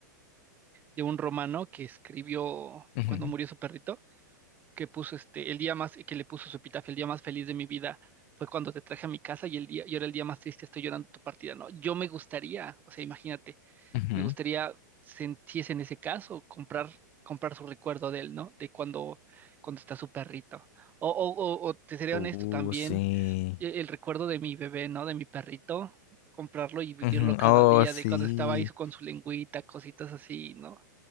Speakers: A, on the right; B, on the left.
A: de un romano que escribió
B: ujú,
A: cuando murió su perrito. que puso este, el día más, que le puso su epitafio, el día más feliz de mi vida fue cuando te traje a mi casa y el día, y ahora el día más triste estoy llorando tu partida, ¿no? Yo me gustaría, o sea, imagínate,
B: ujú.
A: me gustaría si es en ese caso, comprar, comprar su recuerdo de él, ¿no? De cuando, cuando está su perrito. O, o, o, o te seré
B: Uh,
A: honesto también,
B: sí.
A: e- el recuerdo de mi bebé, ¿no? De mi perrito, comprarlo y vivirlo
B: Ujú,
A: cada
B: Oh,
A: día,
B: sí.
A: de cuando estaba ahí con su lengüita, cositas así, ¿no?